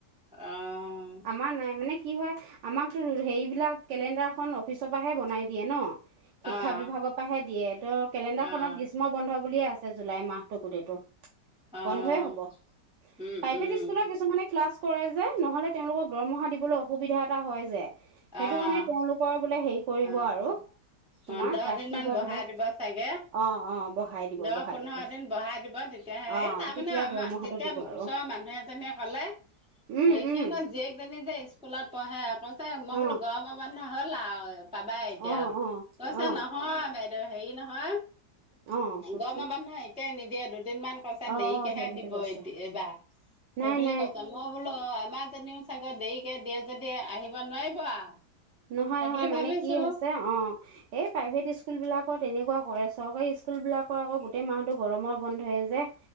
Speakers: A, in the centre; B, on the right.
A: অ',
B: আমাৰ নাই মানে কি হয় আমাকতো হেইবিলাক কেলেণ্ডাৰখন অফিচৰ পৰাহে বনাই দিয়ে ন। শিক্ষা
A: অ',
B: বিভাগৰ পৰাহে দিয়ে ত' কেলেণ্ডাৰখনত
A: অ',
B: গ্ৰীষ্ম বন্ধ বুলিয়ে আছে জুলাই মাহটো গোটেইটো।
A: অ',
B: বন্ধয়ে হব প্ৰাইভেট
A: উম, উম,
B: স্কুলৰ কিছুমানে ক্লাছ কৰে যে নহ'লে তেওঁলোকক দৰমহা দিবলৈ অসুবিধা এটা হয় যে? সেইটো
A: অ',
B: কাৰণে তেওঁলোকৰ বোলে হেৰি কৰিব
A: অ',
B: আৰু তোমাৰ
A: অ, দহ
B: ৰাখিব
A: দিন মান
B: ধৰি
A: বহাই
B: লওক
A: দিব চাগে?
B: অ অ বঢ়াই দিব
A: দহ
B: বঢ়াই
A: পোন্ধৰ
B: দিব
A: দিন বঢাই দিব তেতিয়াহে
B: অ
A: এই তাৰমানে
B: তেতিয়া
A: আমাৰ
B: দৰমহাটো
A: তেতিয়া
B: দিব আৰু
A: ওচৰৰ মানুহে তেনেকলে
B: উম উম
A: সিহঁতৰ জীয়েকজনি যে স্কুলত পঢ়ে কৈছে মই
B: অ
A: বোলো গৰমৰ বন্ধ হ'ল আৰু পাবাই এতিয়া।
B: অ অ
A: কৈছে
B: অ
A: নহয় বাইদেউ হেৰি নহয়
B: অ কওকচোন
A: গৰমৰ বন্ধ এতিয়াই নিদিয়ে দুদিন মান <unintelligible>
B: অ
A: দেখিয়ে
B: সেইটো বুলি
A: দিব
B: কৈছে
A: এ এইবাৰ,
B: নাই
A: সেইবুলি
B: নাই
A: কৈছে মই বোলো অ, আমাৰজনীও চাগে দেৰিকে যদি আহিব নোৱাৰিব আৰু।
B: নহয়
A: সেই
B: নহয়
A: বুলি
B: মানে
A: ভাবিছো
B: কি হৈছে অ, এ প্ৰাইভেট ইস্কুল বিলাকৰ এনেকুৱা কৰে চৰকাৰী স্কুল বিলাকৰ আকৌ গোটেই মাহতো গৰমৰ বন্ধয়ে যে?